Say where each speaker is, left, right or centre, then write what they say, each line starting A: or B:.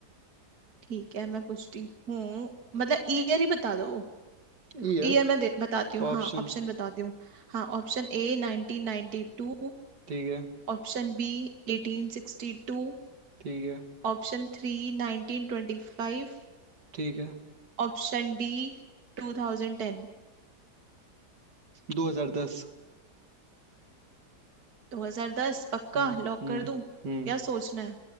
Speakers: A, on the right; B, on the right.
A: ठीक है मैं पूछती हूँ मतलब ईयर ही बता दो
B: ईयर
A: ईयर मैं दे- बताती हूँ हाँ
B: ऑप्शन
A: ऑप्शन बताती हूँ हाँ option A 1992
B: ठीक है
A: Option B 1862
B: ठीक है
A: Option three 1925
B: ठीक है
A: Option D 2010
B: 2010
A: 2010 पक्का
B: हम्म
A: लॉक
B: हम्म
A: कर दूं
B: हम्म
A: या सोचना है